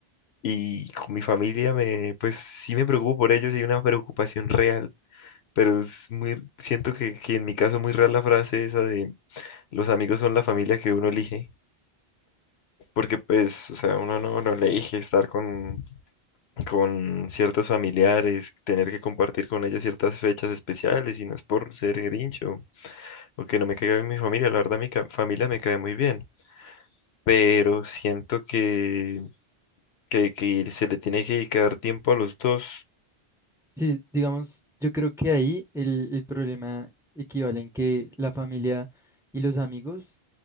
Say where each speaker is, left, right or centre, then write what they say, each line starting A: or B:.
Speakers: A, on the left; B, in the centre.
A: Y con mi familia me, pues sí me preocupo por ellos y hay una preocupación real pero es muy, siento que, que en mi caso muy rara la frase esa de los amigos son la familia que uno elige, porque pues, o sea, uno no, no elige estar con, con ciertos familiares, tener que compartir con ellos ciertas fechas especiales, y no es por ser grincho o, o que no me caiga bien mi familia, la verdad mi ca- familia me cae muy bien, pero siento que, que, que se le tiene que dedicar tiempo a los dos.
B: Sí, digamos, yo creo que ahí el, el problema equivale en que la familia y los amigos,